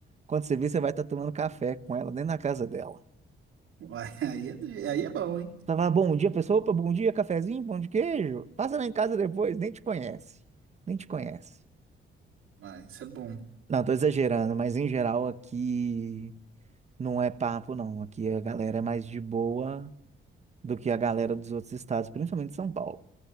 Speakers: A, on the right (about 35°); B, on the right (about 75°).
A: Quando você vê, você vai estar tomando café com ela dentro da casa dela.
B: Uai, <laughs> Aí é, aí é bom, hein?
A: Você vai, bom dia, pessoa, opa, bom dia, cafezinho, pão de queijo. Passa lá em casa depois, nem te conhece. Nem te conhece.
B: Mas isso é bom.
A: Não, tô exagerando, mas em geral aqui não é papo, não. Aqui a galera é mais de boa do que a galera dos outros estados, principalmente São Paulo.